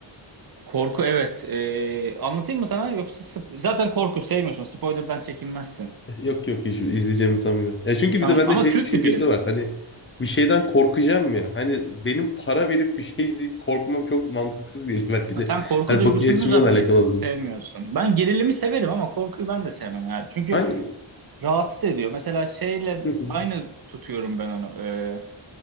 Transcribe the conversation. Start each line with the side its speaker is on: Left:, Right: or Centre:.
Right: Korku evet. Ee, anlatayım mı sana? Yoksa sp- zaten korku sevmiyorsun. Spoiler'dan çekinmezsin.
Left: <laughs> Yok yok hiç izleyeceğimi sanmıyorum. Ya çünkü
Right: Tamam
Left: bir de bende
Right: ama
Left: şey
Right: kült
Left: düşüncesi
Right: bir film.
Left: var. Hani bir şeyden korkacağım ya. Hani benim para verip bir şey izleyip korkmam çok mantıksız geliyor <laughs> belki
Right: Ha,
Left: de.
Right: Sen korku
Left: Hani
Right: duygusunu
Left: bakış açımla
Right: zaten
Left: da alakalı
Right: hiç sevmiyorsun.
Left: oluyor.
Right: Ben gerilimi severim ama korkuyu ben de sevmem yani. Çünkü
Left: Hani
Right: rahatsız ediyor. Mesela şeyle
Left: <laughs>
Right: aynı tutuyorum ben onu. ee,